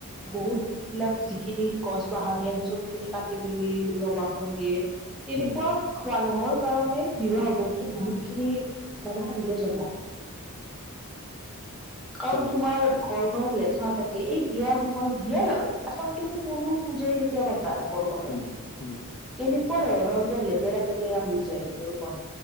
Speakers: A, in the centre; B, on the left.
A: বহুত বিলাক যিখিনি গছ বাহনি আছে চব খিনি কাটি মেলি ৰভাখন দিয়ে তেনেকুৱা
B: উম
A: মানুহৰ কাৰণে বিবাহ ভৱনটো বহুত খিনি মানে সুবিধাজনক। কাৰণ
B: সঁচা কথা
A: তোমাৰ ঘৰ খনত লেথা থাকে এই বিয়াৰ সময়ত বিয়াৰ এখন তুমি সৰু পূজাই যেতিয়া ঘৰখনত
B: উম উম
A: কেনেকুৱা ধৰণৰ কিবা লেতেৰা পেতেৰা হৈ যায় ভিতৰখন